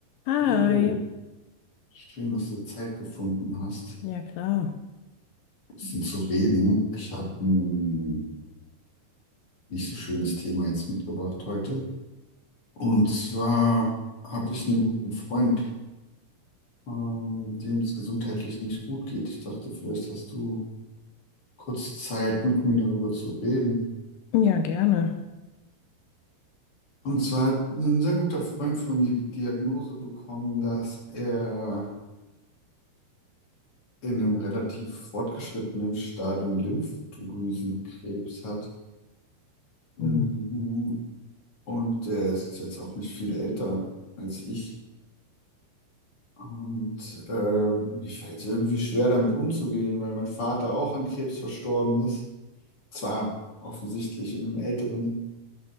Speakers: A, on the left (about 75°); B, on the left (about 35°).
A: Hi.
B: Oh, schön, dass du Zeit gefunden hast,
A: Ja, klar.
B: ein bisschen zu reden. Ich habe ein nicht so schönes Thema jetzt mitgebracht heute. Und zwar habe ich einen guten Freund, ähm, dem es gesundheitlich nicht gut geht. Ich dachte, vielleicht hast du kurz Zeit, mit mir darüber zu reden.
A: Ja, gerne.
B: Und zwar hat ein sehr guter Freund von mir die Diagnose bekommen, dass er in einem relativ fortgeschrittenen Stadium Lymphdrüsenkrebs hat. Mhm.
A: Oh.
B: Und der ist jetzt auch nicht viel älter als ich. Und äh, mir fällt es irgendwie schwer, damit umzugehen, weil mein Vater auch an Krebs verstorben ist. Zwar offensichtlich in einem älteren